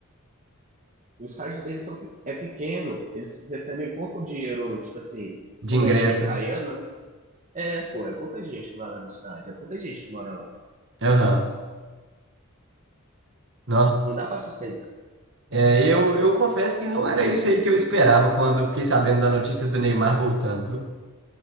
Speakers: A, on the right; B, on the right.
A: O estágio deles são, pe- é pequeno, eles recebem pouco dinheiro, tipo assim,
B: de
A: como
B: ingresso,
A: é time praiano,
B: né?
A: né? É, pô, é pouca gente que vai lá no estádio, é pouca gente que mora lá.
B: Aham. Não,
A: Não dá pra sustentar.
B: É, eu, eu confesso que não era isso aí que eu esperava quando eu fiquei sabendo da notícia do Neymar voltando, viu?